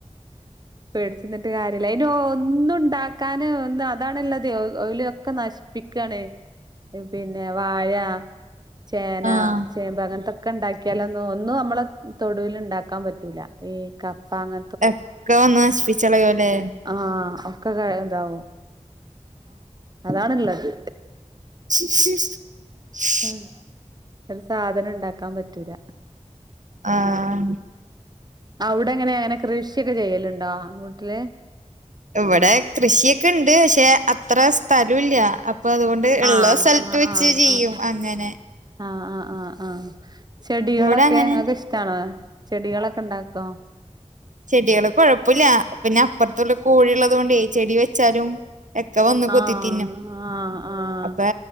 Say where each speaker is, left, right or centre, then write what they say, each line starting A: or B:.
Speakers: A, on the right; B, on the right.
A: പേടിച്ച്ന്നിട്ട് കാര് യെലെ ഐൻ്റെ ഒന്നുണ്ടാക്കാന് ഒന്ന് അതാണ്ള്ളതെ ഒഹ് ഓല് ഒക്കെ നശ്പ്പിക്കാണ് ഇം പിന്നെ വാഴ ചേനാ
B: ആഹ്
A: ചേമ്പ് അങ്ങൻത്തൊക്കെണ്ടാക്ക്യാലൊന്നും ഒന്നും അമ്മള് തൊടൂല് ണ്ടാക്കാം പറ്റൂല ഈ കപ്പ അങ്ങ
B: എക്ക വന്ന് നശിപ്പിച്ചളയോലേ
A: ആഹ് ഒക്കെ കെഴതാവും അതാണ്ള്ളത്
B: ശ് ശ് ശ്
A: ആഹ് ഒര് സാധനണ്ടാക്കാം പറ്റൂല
B: ആഹ്
A: ഔടെങ്ങനെ ങ്ങനെ കൃഷിക്കെ ചെയ്യല്ണ്ടോ വീട്ട്ല്
B: ഇവിടെ കൃഷിയക്ക്ണ്ട് പക്ഷെ അത്ര സ്ഥലുല്ല. അപ്പൊ അതുകൊ ട് ഇള്ള
A: ആഹ്
B: സ്ഥലത്ത്
A: ആഹ്
B: വെച്ച്
A: ആഹ്
B: ചെയ്യും
A: ആഹ്
B: അങ്ങനെ.
A: ആഹ് ആഹ് ആഹ് ആഹ്. ചെടികളൊക്കെ
B: ഇവിടെ അങ്ങനെ
A: ഇങ്ങക്കിഷ് ടാണോ ചെടികളൊക്കിണ്ടാക്കോ?
B: ചെടികള് കൊഴപ്പുല്ല പിന്നെ അപ്പുറത്തുള്ള കോഴിള്ളത് കൊണ്ടേ ചെടി വെച്ചാലും ഒക്കെ വന്ന് കൊത്തി
A: ആഹ്
B: തിന്നും
A: ആഹ് ആഹ്
B: അപ്പൊ